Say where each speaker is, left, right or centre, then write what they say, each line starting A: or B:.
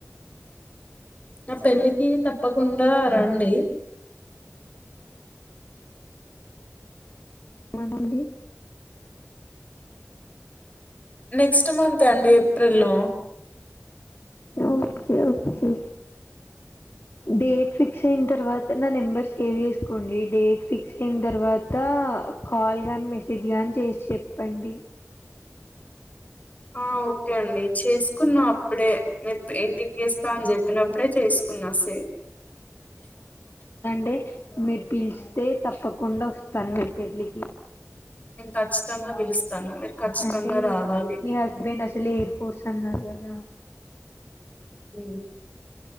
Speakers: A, on the left; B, on the left.
A: నా పెళ్ళికి తక్ ప్పకుండా రండి
B: ఆఆ మళ్ళి
A: నెక్స్ట మంత్ అండి ఏప్రిలో
B: ఓకే ఓకే డేట్ ఫిక్స్ అయిన తర్వాత నా నెంబర్ సేవ్ చేసుకోండి. డేట్ ఫిక్స్ చిందర్ ఇవతా కాల్ గాన్ మెసేజ్ గానీ చేసి చేపండి.
A: ఆ ఓకే అండి చేసుకున్నా అప్పుడే మీరు పెయింటింగ్ ఎస్ తన్ చెప్పినప్పుడే చేసుకున్నా సే
B: ఏ మీర్ పిల్చ అదే తప్పకుండా వస్తాను. మీ పెళ్ళికి
A: నేను ఖచ్చితంగా పిలుస్తాను మీరు ఖచ్చితంగా
B: అండి.
A: రావాలి
B: మీ హస్బెండ్ అసలు ఎయిర్ ఫోర్స్ అన్నారు. ఇగా దా
A: హు